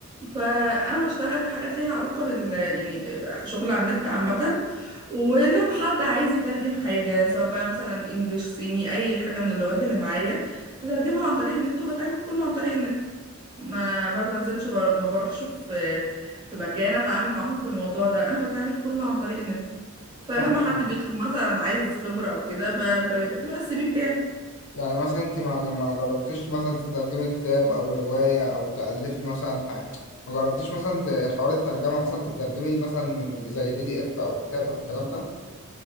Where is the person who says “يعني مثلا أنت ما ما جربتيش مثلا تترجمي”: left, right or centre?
Left